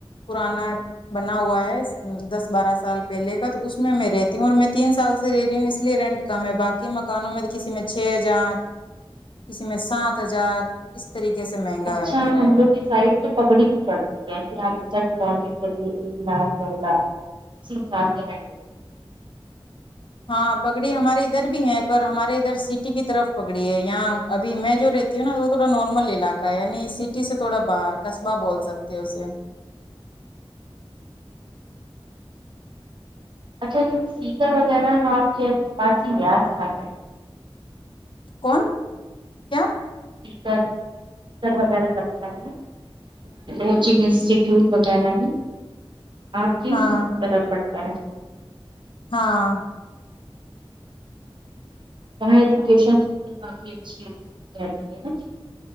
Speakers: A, on the left; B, on the right.
A: پرانا بنا ہوا ہے دس بارہ سال پہلے کا تو اس میں رہتی ہوں اور میں تین سال سے رہی ہوں اس لیے رینٹ کم ہے باقی مکانوں میں تو کسی میں چھ ہزار کسی میں سات ہزار اس طریقے سے مہنگا
B: اچھا
A: ہے کرایہ
B: ہم لوگ کے سائڈ سے پکڑی بھی پھڑتی ہے پھر آگے جا کے بھی پانچ ایکڑ ایک لاکھ دو لاکھ صرف ساتھ میں رہتے ہے
A: ہاں پگڑی ہمارے ادھر بھی ہے پر ہمارے ادھر سٹی کی طرف پگڑی ہے یہاں ابھی میں جو رہتی ہوں نا وہ تھوا نارمل علاقہ ہے یعنی سی سے تھوڑا باہر قصبہ بول سکتے اسے
B: اچھا جو سیکر وغیرہ وہ آپ کے پاس ہی یاس کے ہیں
A: کون کیا
B: <unintelligible> وغیرہ وغیرہ لگتا ہے وچنگ انسٹیٹیوٹ وغیرہ نہیں آپ کی
A: ہاں
B: طرح پڑتا ہے
A: ہاں
B: وہاں ایجوکیشن کافی اچھی ہے ہوجاتی ہے نہ